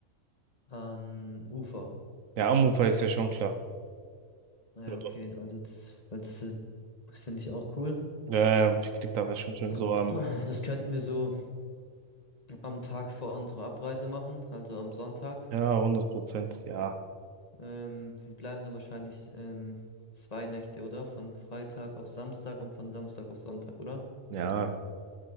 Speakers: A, on the left; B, on the right.
A: An Ufer.
B: Ja, Amopa ist ja schon klar.
A: naja,
B: Ja, doch.
A: okay, also das, weil das ist- finde ich auch cool.
B: Ja, ja, Picknick da wäre schon schön. So
A: <laughs>
B: am,
A: Das könnten wir so am Tag vor unserer Abreise machen, also am Sonntag.
B: ja, hundert Prozent. Ja,
A: Ähm, wir bleiben dann wahrscheinlich ähm, zwei Nächte, oder? Von Freitag auf Samstag und von Samstag auf Sonntag, oder?
B: ja.